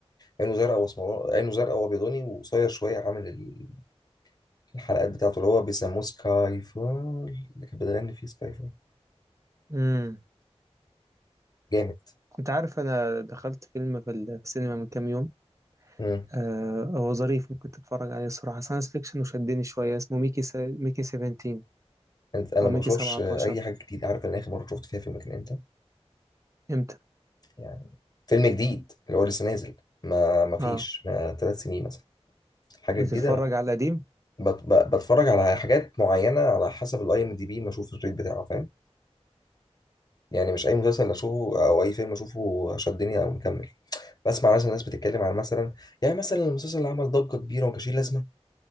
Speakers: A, on the left; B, on the right.
A: عينه زرقاء واسمراني عينه زرقاء وابيضاني وقصير شويه عامل ال- الحلقات بتاعته اللي هو بيسموه سكاي فول اللي كانت بتغني فيه سكاي فول
B: امم
A: جامد
B: أنت عارف أنا دخلت فيلم في السينما من كام يوم
A: امم
B: آه، هو ظريف ممكن تتفرج عليه الصراحة ساينس فيكشن وشدني شوية اسمه ميكي س... ميكي 17
A: انا
B: أو
A: ما
B: ميكي
A: بشوفش
B: 17
A: اي حاجه جديده عارف انا اخر مره شفت فيها فيلم كان امتى
B: إمتى؟
A: يعني فيلم جديد اللي هو لسه نازل ما ما فيش
B: آه
A: ما ثلاث سنين مثلا حاجه
B: بتتفرج
A: جديده ما
B: على القديم؟
A: بت- ب- بتفرج على حاجات معينه على حسب الاي ام دي بي ما اشوف الريت بتاعه فاهم يعني مش اي مسلسل اشوفه او اي فيلم اشوفه شدني او مكمل بسمع مثلا ناس بتتكلم عن مثلا يعني مثلا المسلسل اللي عمل ضجه كبيره وما كانش ليه لازمه